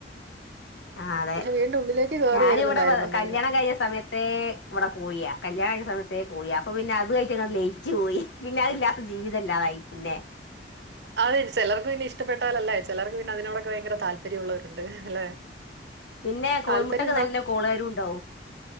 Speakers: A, on the left (about 80°); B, on the right (about 70°).
A: ആ അതെ
B: പക്ഷെ വീടിന്റെ ഉള്ളിലേക്ക് കേറി
A: ഞാനിവ്ടെ
B: വരുന്നുണ്ടായിരുന്നന്ന്
A: കല്യാണം
B: പിന്നെ
A: കഴിഞ്ഞ സമയത്ത് ത്തേ ഇവടെ കോഴിയാ കല്യാണം കഴിഞ്ഞ സമയത്തേ കോഴിയ അപ്പ പിന്നെ അതെയ്റ്റ് ഇങ്ങെനേണ്ട് ലയിച്ച് പോയി പിന്നെ അതില്ല പ്പ ജീവിതല്ലാതായി പിന്നെ
B: അത് ചിലർക്ക് പിന്നെ ഇഷ്ടപ്പെട്ടാലല്ലേ ചിലർക്ക് പിന്നെ അതിനോടക്കെ ഭയങ്കര താല്പര്യമുള്ളവരുണ്ട് അല്ലെ
A: <inaudible> പിന്നെ
B: താല്പര്യമുള്ള
A: കോഴിമുട്ടക്ക് നല്ല കോളേരും ണ്ടാവും